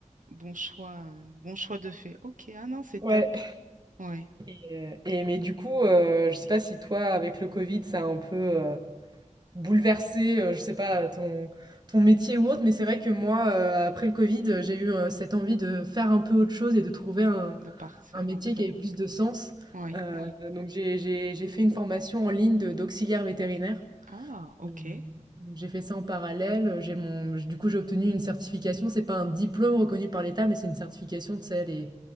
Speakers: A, on the right; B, on the right.
A: Bon choix. euh, Bon choix de fait. OK. Ah non, c'est
B: Ouais.
A: top. Oui.
B: Et, euh, et- mais du coup, euh, je sais pas si toi, avec le Covid, ça a un peu euh, bouleversé, euh, je sais pas, ton, ton métier ou autre, mais c'est vrai que moi, euh, après le Covid, j'ai eu euh, cette envie de faire un peu autre chose et de trouver un,
A: De partir
B: un métier
A: un peu.
B: qui avait plus de sens.
A: Oui.
B: Euh,
A: Oui.
B: donc j'ai, j'ai- j'ai fait une formation en ligne de- d'auxiliaire vétérinaire.
A: Ah, OK.
B: Euh, donc J'ai fait ça en parallèle. J'ai mon, j'- du coup, j'ai obtenu une certification. C'est pas un diplôme reconnu par l'État, mais c'est une certification, tu sais, les